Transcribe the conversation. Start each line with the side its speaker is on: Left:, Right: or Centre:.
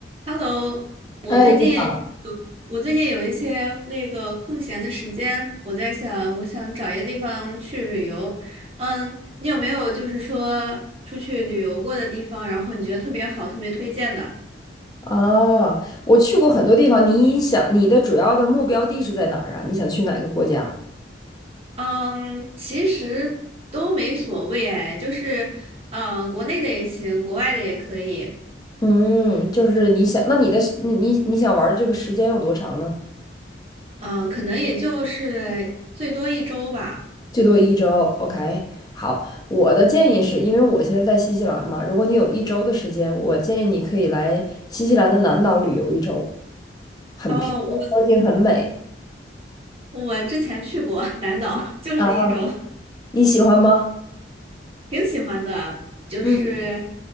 Right: Hello，我最近有我最近有一些那个空闲的时间，
Left: 哎，你好。
Right: 我在想，我想找一个地方去旅游。嗯，你有没有就是说出去旅游过的地方，然后你觉得特别好、特别推荐的？
Left: 哦，我去过很多地方。你想，你的主要的目标地是在哪儿啊？你想去哪个国家？
Right: 嗯，其实都没所谓哎，就是嗯、呃国内的也行，国外的也可以。
Left: 嗯，就是你想，那你的你你你想玩的这个时间有多长呢？
Right: 嗯、可能也就是最多一周吧。
Left: 最多一周。OK，好，我的建议是，因为我现在在新西兰嘛，如果你有一周的时间，我建议你可以来新西兰的南岛旅游一周，很漂亮，
Right: 哦，我
Left: 风景很美
Right: 我之前去过 <laughs> 南岛，就是一周。
Left: 啊，你喜欢吗？
Right: 挺喜欢的，就是
Left: 嗯